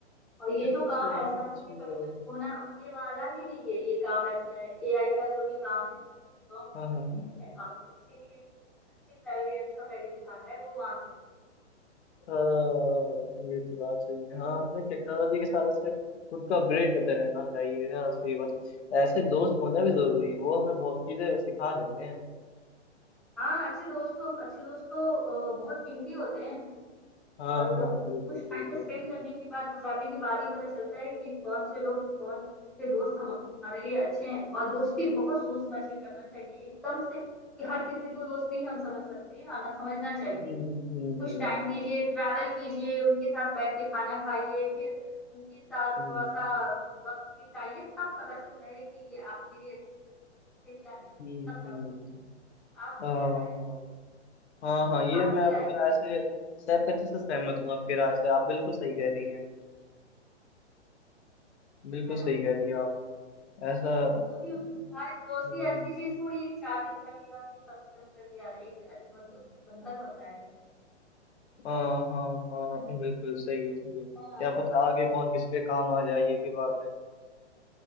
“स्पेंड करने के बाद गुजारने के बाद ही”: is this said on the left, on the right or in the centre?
Centre